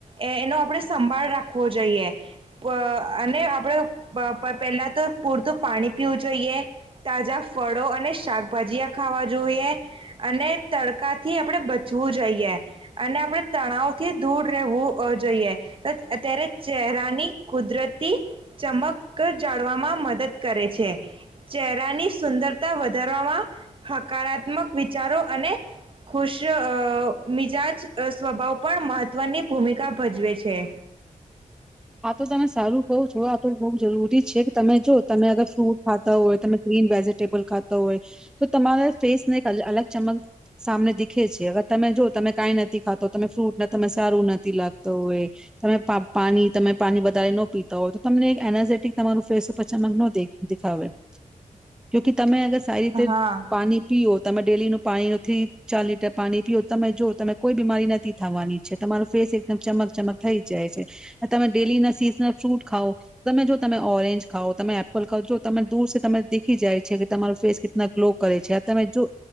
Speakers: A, on the right (about 40°); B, in the centre.
A: એનો આપણે સંભાળ રાખવો જોઈએ. પ અને આપણે પ પ પહેલા તો પૂરતું પાણી પીવું જોઈએ, તાજા ફળો અને શાકભાજીયા ખાવા જોઈએ, અને તડકા થી આપણે બ ચવું જોવું જોઈએ. અને આપણે તણાવ થી દૂર રહેવું જોઈએ. ત ત્યારે ચહેરાની કુદરતી ચમક જાળવામાં મદદ કરે છે. ચહેરાની સુંદરતા વધારવામાં હકારાત્મક વિચારો અને ખુશ જ અ મિજાજ સ્વભાવ પણ મહત્વની ભૂમિકા ભજવે છે.
B: આ તો તમે સારું કહો છો. આ તો બઉ જરૂરી છે. તમે જો તમે અગર ફ્રૂટ ખાતા હોય, તમે ગ્રીન વેજે ટેબલ ખાતા હોય. તો તમારા ફેસ ને એક અલગ ચમક સામને દેખે છે. અગર તમે જો તમે કાંઈ નથી ખાતો તમે ફ્રૂટ તમે સારું નથી લાગતો હોય તમે પા પાણી તમે પાણી વધારે ન પીતા હોય, તો તમને એક એનર્જેટિક તમારું ફેસ ઉપર ચમક ને દેખ દેખાવે. જોકે તમે અગર સારી રીતે
A: હા
B: પાણી પીવો તમે ડેલીનું પાણી થ્રી ચાર લીટર પાણી પીઓ તમે જો તમે કોઈ બીમારી નથી થવાની છે. તમારો ફેસ એકદમ ચમક ચમક થઈ જાય છે. તમે ડેલી ના સીઝનલ ફ્રૂટ ખાવો, તમે જો તમે ઓરેન્જ ખાવઓ તમે એપલ ખાવઓ જો તમે દૂર તરે દેખી જાય છે કે તમારો ફેસ કિતના ગ્લો કરે છે. તમે જો